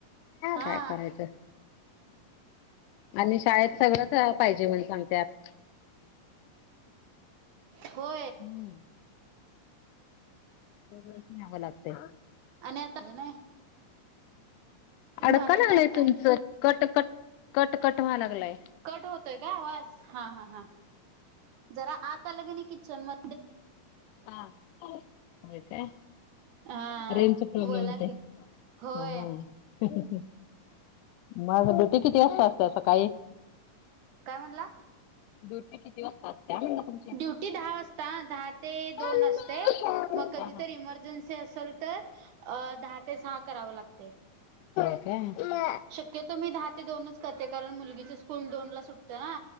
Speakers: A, on the right (about 70°); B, on the left (about 80°).
A: हा
B: काय करायचं. आणि शाळेत सगळंच पाहिजे म्हण सांगते आत
A: होय
B: हम्म सगळंच सवं लागते.
A: आणि आताज ना
B: अडका
A: बाकी
B: लागलंय
A: काणता
B: तुमचं
A: आहे.
B: कट कट कट कट व्हा लागलाय.
A: कट होतोय का आवाज हा हा हा जरा आता लगेन किचन म
B: हा होय काय
A: हा
B: रेनचा प्रॉब्लेम
A: बोला
B: होते.
A: की होय
B: हम् माझ ड्युटी किती असत असते अस काही
A: काय म्हटलं.
B: ड्युटी किती वाजता असत्या म्हणलं तुमची
A: ड्युटी दहा वाजता दहा ते
B: होय
A: दोन असते.
B: काय
A: मग कधीतरी इमर्जन्सी असेल तर दहा ते सहा कराव लागते.
B: का.
A: शक्यतो मी दहा दोनच ते कारण मुलगीच स्कूल दोन ला सुटतं ना